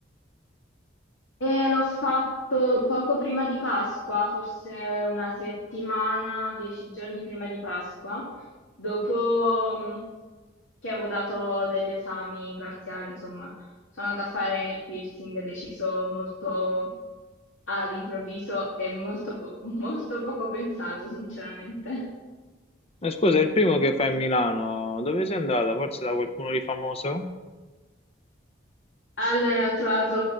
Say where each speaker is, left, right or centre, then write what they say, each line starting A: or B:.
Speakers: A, on the left; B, on the left.
A: E l'ho fatto poco prima di Pasqua, forse una settimana, dieci giorni prima di Pasqua, dopo mh, che avevo dato degli esami parziali, insomma, sono andata a fare il piercing, deciso molto all'improvviso e molto, po- molto poco pensato, sinceramente.
B: Eh, scusa, è il primo che fa a Milano. Dove sei andata? Forse da qualcuno di famoso?
A: Allora, ho trovato